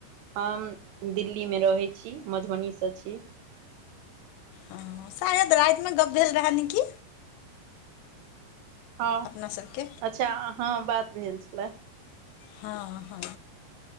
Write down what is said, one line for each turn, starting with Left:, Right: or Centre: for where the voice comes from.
Right: हम दिल्ली में रहै छी मधुबनी स छी।
Left: हँ शायद रात में गप्प भेल रहा न कि
Right: हँ
Left: अपना सभके
Right: <inaudible> अच्छा अहाँ बात भेल छलै।
Left: हँ हँ